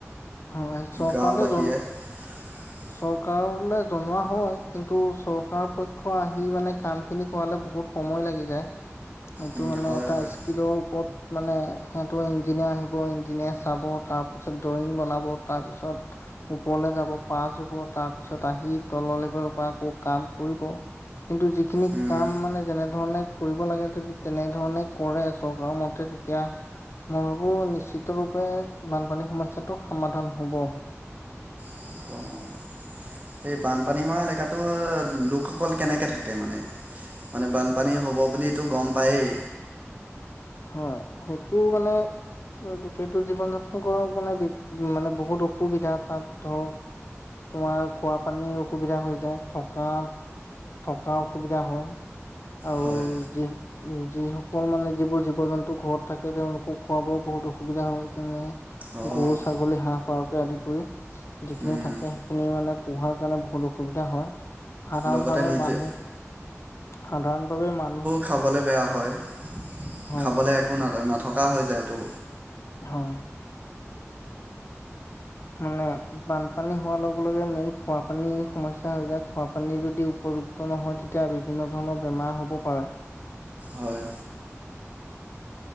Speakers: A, on the left; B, on the right.
A: হয! চৰকাৰলে
B: গাঁওবাসীয়ে?
A: যোন
B: <inaudible>
A: চৰকাৰলে জনোৱা হয়। কিন্তু, চৰকাৰ পক্ষ আহি মানে, কামখিনি কৰালে বহুত সময় লাগি যায়। সেইটো
B: উম,
A: মানে,
B: হয়
A: এটা
B: হয়।
A: স্কিলৰ ওপৰত মানে, সিহঁতৰ ইঞ্জিনিয়াৰ আহিব, ইঞ্জিনিয়াৰ চাব। তাৰপিছত, ড্ৰয়িং বনা ব। তাৰপিছত, ওপৰল যাব, পাছ হ'ব। তাৰপিছত, আহি তলৰ লেবেলৰ পৰা আকৌ কাম কৰিব। কিন্তু, যিখিনি
B: উম,
A: কাম মানে, যেনেধৰণে কৰিব লাগে। যদি, তেনেধৰণে কৰে, চৰকাৰৰ মতে তে তিয়া, মই ভাবোঁ! নিশ্চিত ৰূপে বানপানী সমস্যাটো সমাধান হ'ব।
B: উম। সেই, বানপানী হোৱা এলেকাটো, লোকসকল কেনেকে থাকে মানে? মানে, বানপানী হ'ব বুলিতো গম পায়েই।
A: হয়! সেইটো মানে, কি সেইটো, জীৱন-যাপন কৰাও মানে, মানে বহুত অসুবিধা, তাত ধৰক। তোমাৰ, খোৱা পানীৰ অসুবিধা হৈ যায়, থকা। থকা অসুবিধা হয়। আৰু
B: হয়।
A: যি, যিসকল মানে, যিবোৰ জীৱ-জন্তু ঘৰত থাকে, তেওঁলোকৰো খোৱা বোৱাত বহুত অসুবিধা হয়। তেনে,
B: অঁ
A: গৰু, ছাগলী, হাঁহ, পাৰকে আদি কৰি। যিখিনি
B: উম,
A: থাকে, সেইখিনি মানে, পোহাৰ কাৰণে বহুত অসুবিধা হয়। সাধাৰণ
B: লগতে
A: ভাৱে
B: নিজে
A: মানুহ, সাধাৰণ ভাৱে মানুহ
B: খাবলে বেয়া হয়!
A: হয়
B: খাবলে একো, না-নথকা হৈ যায়তো।
A: হয়! মানে, বানপানী হোৱাৰ লগে-লগে, মেইন খোৱা পানী সমস্যা হৈ যায়। খোৱা পানী যদি উপযু নহয় তেতিয়া বিভিন্ন ধৰণৰ বেমাৰ হ'ব পাৰে
B: হয়